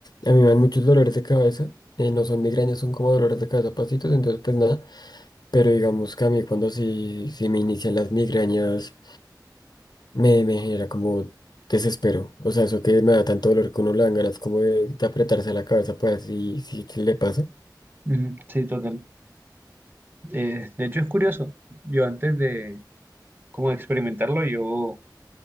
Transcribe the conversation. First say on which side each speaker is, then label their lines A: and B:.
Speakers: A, on the left; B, on the right.
A: a mí me dan muchos dolores de cabeza. eh, no son migrañas, son como dolores de cabeza, pasitos, entonces pues nada, pero digamos que a mí cuando sí, sí me inician las migrañas, me, me genera como desespero. O sea, eso que me da tanto dolor que uno le dan ganas como de, de apretarse la cabeza para ver si, si, si le pasa.
B: Ujú, Sí, total. Eh, de hecho, es curioso. Yo antes de como de experimentarlo, yo